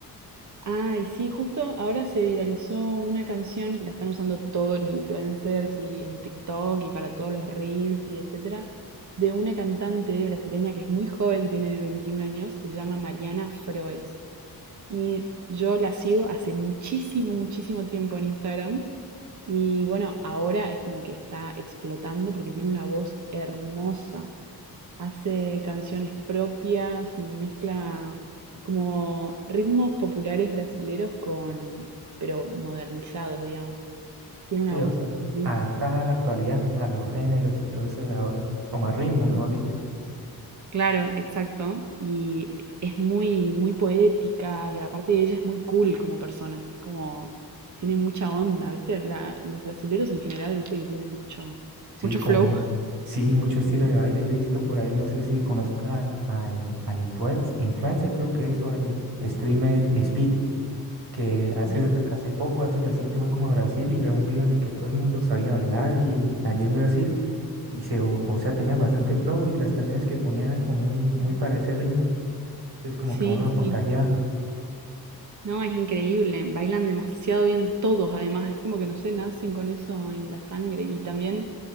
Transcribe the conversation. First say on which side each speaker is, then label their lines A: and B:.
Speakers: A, on the right; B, on the right.
A: Ay, sí, justo ahora se viralizó una canción que la están usando todos los influencers y en TikTok y para todos los reels y etcétera, de una cantante brasileña que es muy joven, tiene 21 años, que se llama Mariana Froes. Y yo la sigo hace muchísimo, muchísimo tiempo en Instagram. Y bueno, ahora es como que está explotando porque tiene una voz hermosa hace canciones propias y mezcla como ritmos populares brasileros con, pero modernizados, digamos. Tiene una
B: Sí,
A: voz
B: o sea,
A: divina.
B: adaptada a la actualidad, a los géneros y todo eso de ahora, como a ritmo, mejor
A: Sí.
B: dicho.
A: Claro, exacto. Y es muy, muy poética y aparte de ella es muy cool como persona. Es como, tiene mucha onda, ¿viste? La- los brasileros en general, ¿viste? Que tienen mucho,
B: Sí,
A: mucho
B: como,
A: flow.
B: sí, mucho estilo de baile. Yo he visto por ahí, no sé si conozca al, al, al influencer, influencer, creo que eso, al streamer Speed, que hace,
A: Ujú.
B: re- hace poco, hace reciente fue como a Brasil y grabó un video en el que todo el mundo sabía bailar y allí en Brasil, y se, o, o sea, tenía bastante flow y las canciones que ponían eran como muy, muy para ese ritmo. Entonces, como
A: Sí,
B: que uno lo contagiaba.
A: sí. No, es increíble, bailan demasiado bien todos, además es como que no sé, nacen con eso en la sangre. Y también